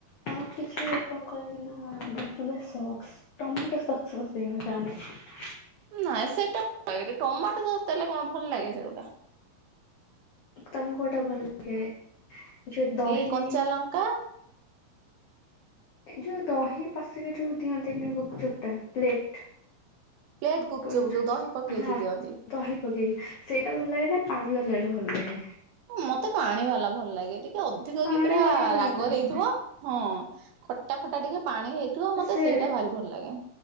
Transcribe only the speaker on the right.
ନାଇଁ ସେଟା ଭଲ ଲାଗେନି, ଟମାଟୋ ସସ୍ ଦେଲେ କଣ ଭଲ ଲାଗେ ସେଇଗୋଟା।
ଲାଗେ।
ଏଇ କଞ୍ଚା ଲଙ୍କା
ପ୍ଲେଟ ଗୁପଚୁପ
ଯୋଉ ଦହି ପକେଇକି
ଦିଅନ୍ତି।
ମତେ ପାଣି ବାଲା ଭଲ ଲାଗେ, ଟିକେ ଅଧିକ
କି ପୁରା
ରାଗ
ଦେଇଥିବ। ହଁ, ଖଟା ଖଟା ଟିକେ ପାଣି ହେଇଥିବ ମତେ
ସେଇଟା ଭାରି ଭଲ ଲାଗେ।